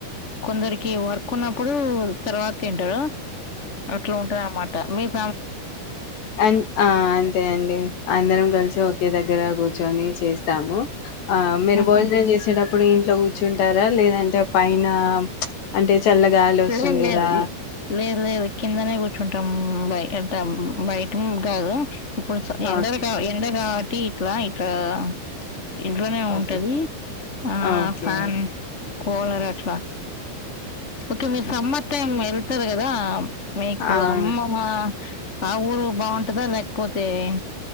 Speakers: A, on the left; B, on the left.
A: కొందరికి వర్క్ ఉన్నప్పుడు తర్వాత తింటారు అట్లా ఉంటంది అన్నమాట మీర్
B: అం ఆ అంతే అండి అందరం కలిసి ఓకే దగ్గర దగ్గర కూర్చొని చేస్తాము ఆ మీరు
A: ఉహు.
B: భోజనం చేసేటప్పుడు ఇప్పుడు ఇంట్లో కూర్చుంటారా లేదంటే పైన అంటే చల్లగాలి వస్తుంది
A: లేదు లేదు
B: కదా!
A: లేదు లేదు కిందనే కూర్చుంటాం బయ ఎంత బయట కాదు ఇప్పుడు ఎండ
B: ఓకే.
A: కాలం ఎండ కావట్ టి ర ఇట్లా కదా ఇంట్లోనే ఉంటది
B: ఓకే.
A: ఆ
B: ఓకే.
A: ఫ్యాన్ కూలర్ అట్లా ఓకే మీ సమ్మతం హే కద కదా మీకు
B: అవును.
A: అమ్మ ఆ ఊరు బాగుంటదా లేకపోతే అే